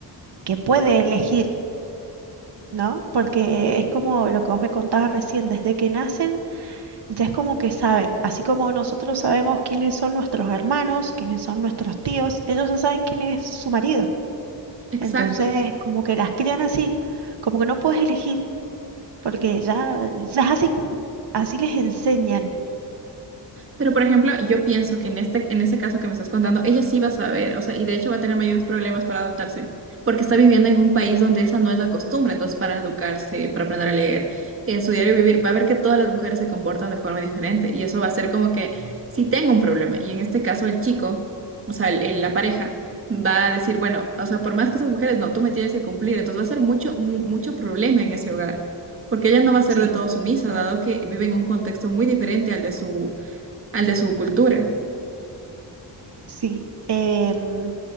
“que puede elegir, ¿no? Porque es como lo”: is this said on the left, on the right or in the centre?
Right